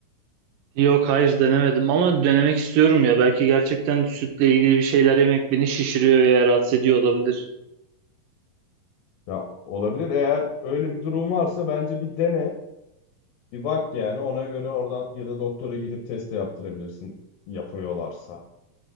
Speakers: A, on the right; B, on the left.
A: Yok hayır denemedim ama denemek istiyorum ya. Belki gerçekten sütle ilgili bir şeyler yemek beni şişiriyor veya rahatsız ediyor olabilir.
B: Ya olabilir. Eğer öyle bir durum varsa bence bir dene. Bir bak yani ona göre oradan ya da doktora gidip test de yaptırabilirsin yapıyorlarsa.